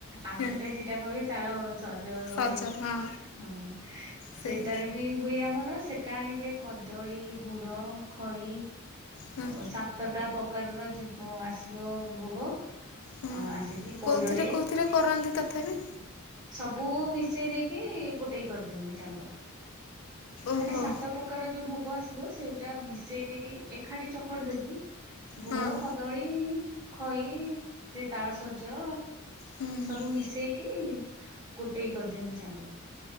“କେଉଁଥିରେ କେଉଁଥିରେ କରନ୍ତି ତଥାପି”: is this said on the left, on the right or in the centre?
Left